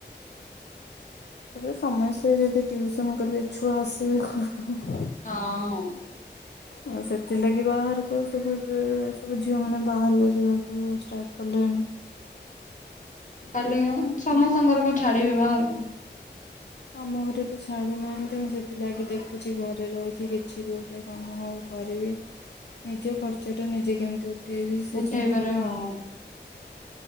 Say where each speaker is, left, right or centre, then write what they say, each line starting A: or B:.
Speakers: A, on the left; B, on the left.
A: ତାପରେ ସମସ୍ତେ ଯଦି ଟିୟୁଉସନ କରିବେ ଛୁଆ ଆସିବେ କୋଉଠୁ ।
B: ହଁ ।
A: ଆଉ ସେଥିଲାଗି ବାହାରକୁ ସବୁ ଏବେ ସବୁ ଝିଅମାନେ ବାହାରକୁ ଯିବାକୁ ଷ୍ଟାର୍ଟ କଲେଣି।
B: ଟାଲିଅନ ସମସ୍ତଙ୍କର କଣ ଛାଡିବେ ବାହାରକୁ ।
A: ଆମ ଘରେ ତ ଛାଡୁନାହାନ୍ତି ମୁଁ ସେଥିଲାଗି ଦେଖୁଛି ଘରେ ରହିକି କିଛି ବି ଗୋଟେ କାମ ହଉ କରିବି ନିଜ ଖର୍ଚ୍ଚ ଟା ନିଜେ କେମତି ଉଠ ଉଠେଇବି ସେ
B: ଉଠେଇବାରେ
A: ଚିନ୍ତା ରେ
B: ହଁ।
A: ଆଉ ।